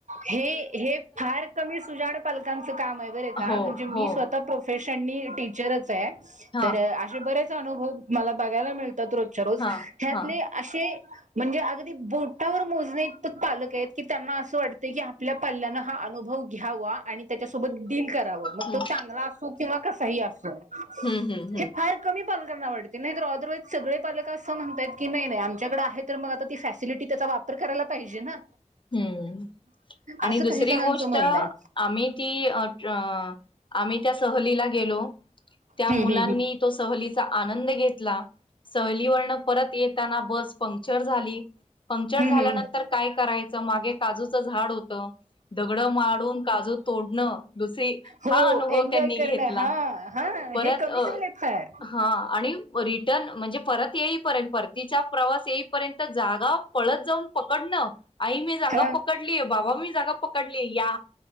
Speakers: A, on the right (about 70°); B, on the left (about 40°).
A: हे हे फार कमी सुजाण पालकांचं काम आहे बर का
B: हो
A: म्हणजे मी
B: हो
A: स्वतः प्रोफेस सनी टीचरच आहे.
B: हा
A: तर असे बरेच अनुभव मला बघायला मिळ त्यात रोजच्या रोज
B: हा
A: ह्यातले
B: हा
A: अशी म्हणजे अगदी बोटावर मोजणे ईतपत पालक आहेत की त्यांना असं वाटत की आपल्या पल्ल्यान हा अनुभव घ्यावा आणि त्याच्यासोबत डील करा आहो मग
B: हम्म
A: तो चांगला असो की किंवा कसाही असो
B: हम्म हम्म हम्म हम्म
A: हे फार कमी <unintelligible> <unintelligible> नाही तर ऑदरवाईज सगळे पालक अस असं म्हणतायत की नाही नाही आमच्याकड आहे तर, मग आता ती फॅसिलिटी त्याचा वापर करायला पाहिजे ना.
B: हम्म. आणि
A: असं
B: दुसरी
A: काही जणांचं
B: गोष्ट
A: म्हणणं आहे
B: आम्ही ती <unintelligible> आम्ही त्या सहली ला गेलो. त्या
A: हम्म
B: मुलांनी
A: हम्म
B: तो सहलीचा आनंद घेतला. सहलीवरन परत येताना बस पंक्चर झाली. पंक्चर
A: हम्म
B: झाल्यानंतर
A: हम्म हम्म
B: काय करायचं? च मागे काजूच झाड होतं. दगड मारून काजू तोडण <unintelligible>
A: हो
B: हा अनुभव
A: एन्जॉय
B: त्यांनी
A: करणं
B: घेतला.
A: हा हा
B: परत
A: हे कमी झालंय फार
B: हं आणि रिटर्न म्हणजे परत येर्यंत परतीचा प्रवास पर्यंत जागा पळत जाऊन पकडणं आई मी जागा
A: हा
B: पकडलीय बाबा मी जागा पकडली या